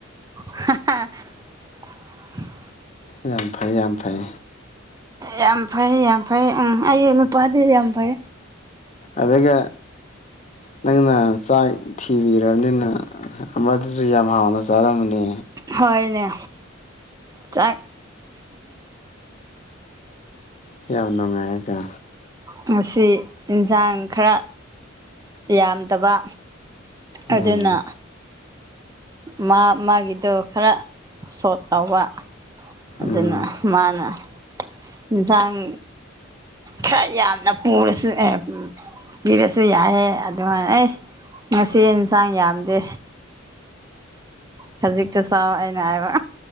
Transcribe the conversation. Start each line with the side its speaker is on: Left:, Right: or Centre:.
Right: <inaudible>
Left: ꯌꯥꯝ ꯐꯩ ꯌꯥꯝ ꯐꯩ
Right: ꯌꯥꯝ ꯐꯩ ꯌꯥꯝ ꯐꯩ ꯎꯝ ꯑꯩꯒꯤ ꯅꯨꯄꯥꯗꯤ ꯌꯥꯝ ꯐꯩ
Left: ꯑꯗꯨꯒ ꯅꯪꯅ ꯆꯥꯛ ꯊꯤꯕꯤꯔꯕꯅꯦꯅ ꯑꯃꯗꯨꯁꯨ ꯌꯥꯝ ꯍꯥꯎꯅ ꯆꯥꯔꯝꯃꯅꯤ
Right: ꯍꯣꯏꯅꯦ ꯆꯥꯛ
Left: ꯌꯥꯝ ꯅꯨꯡꯉꯥꯏꯑꯒ
Right: ꯉꯁꯤ ꯏꯟꯁꯥꯡ ꯈꯔ ꯌꯥꯝꯗꯕ
Left: ꯎꯝ
Right: ꯑꯗꯨꯅ ꯃꯥ ꯃꯥꯒꯤꯗꯣ ꯈꯔ ꯁꯣꯠ ꯇꯧꯕ ꯑꯗꯨꯅ
Left: ꯎꯝ
Right: ꯃꯥꯅ ꯏꯟꯁꯥꯡ ꯈꯔ ꯌꯥꯝꯅ ꯄꯨꯔꯁꯨ ꯑ ꯄꯤꯔꯁꯨ ꯌꯥꯏꯑꯦ ꯑꯗꯨꯃꯥꯅ ꯑꯩ ꯉꯁꯤ ꯏꯟꯁꯥꯡ ꯌꯥꯝꯗꯦ ꯈꯖꯤꯛꯇ ꯆꯥꯎ ꯑꯩꯅ ꯍꯥꯏꯕ